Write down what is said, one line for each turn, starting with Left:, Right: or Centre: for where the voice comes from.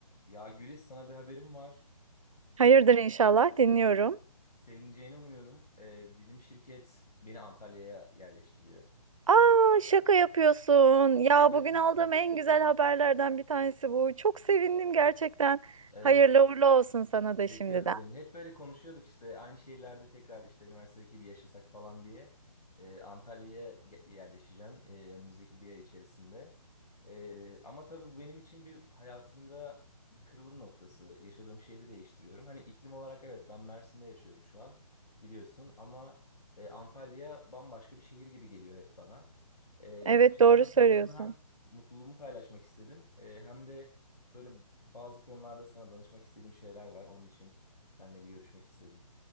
Left: Ya Gülis sana bir haberim var.
Right: Hayırdır inşallah dinliyorum.
Left: Sevineceğini umuyorum. Ee, bizim şirket beni Antalya'ya yerleştiriyor.
Right: Aa şaka yapıyorsun. Ya
Left: Gerçekten.
Right: bugün aldığım en güzel haberlerden bir tanesi bu. Çok sevindim gerçekten.
Left: Evet.
Right: Hayırlı uğurlu olsun sana
Left: Teşekkür
Right: da şimdiden.
Left: ederim. Hep böyle konuşuyorduk işte aynı şehirlerde tekrar işte üniversitedeki bir yaşasak falan diye. Ee, Antalya'ya ge- yerleşeceğim ee, önümüzdeki bir ay içerisinde. Ee, ama tabii bu benim için bir hayatımda bir kırılım noktası. Yaşadığım şehri değiştiriyorum. Hani iklim olarak evet ben Mersin'de yaşıyorum şu an biliyorsun ama e, Antalya bambaşka bir şehir gibi geliyor hep bana. Ee,
Right: Evet
Left: o yüzden
Right: doğru
Left: de seninle
Right: söylüyorsun.
Left: bunu hem mutluluğumu paylaşmak istedim e, hem de Böyle bazı konularda sana danışmak istediğim şeyler var. Onun için seninle bir görüşmek istedim.